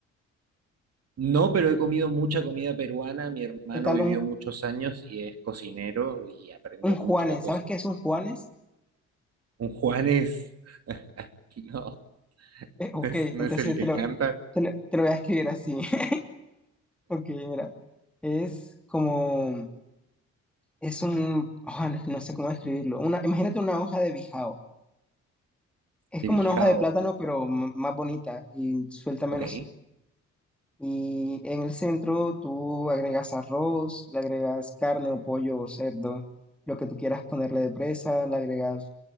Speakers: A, on the right; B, in the centre.
A: No, pero he comido mucha comida peruana. Mi hermano
B: ¿qué tal
A: vivió
B: un,
A: muchos años y es cocinero y aprendió
B: un Juanes?
A: mucho de cosas.
B: ¿Sabes qué es un Juanes?
A: Un Juanes, <laughs> no,
B: Eh, ok,
A: no es, no
B: entonces
A: es el que
B: te lo,
A: canta,
B: te lo, te lo voy a escribir así. <laughs> Ok, mira, es como... Es un, ah, no no sé cómo describirlo. Una, imagínate una hoja de bijao. Es
A: de
B: como
A: Bijao.
B: una hoja de plátano, pero m- más bonita y suelta menos.
A: Ok.
B: Y en el centro tú agregas arroz, le agregas carne o pollo o cerdo, lo que tú quieras ponerle de presa, le agregas